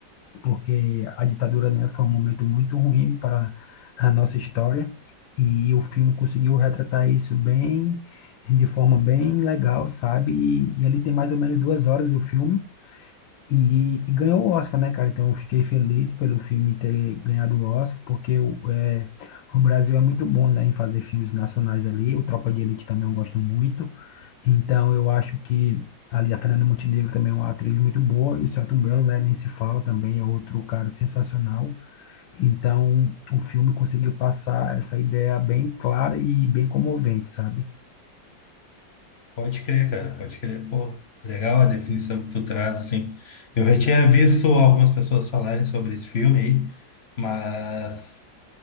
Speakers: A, on the left; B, on the left.
A: porque a ditadura, né, foi um momento muito ruim para a nossa história e o filme conseguiu retratar isso bem, de forma bem legal, sabe? E, e ele tem mais ou menos duas horas o filme e, e ganhou o Oscar, né, cara? Então eu fiquei feliz pelo filme ter ganhado o Oscar, porque o, é, o Brasil é muito bom, né, em fazer filmes nacionais ali. O Tropa de Elite também eu gosto muito. Então, eu acho que ali a Fernanda Montenegro também é uma atriz muito boa, e o Selton Mello, né, nem se fala também, é outro cara sensacional. Então, o filme conseguiu passar essa ideia bem clara e bem comovente, sabe?
B: Pode crer, cara, pode crer. Pô, legal a definição que tu traz, assim. Eu já tinha visto algumas pessoas falarem sobre esse filme aí, mas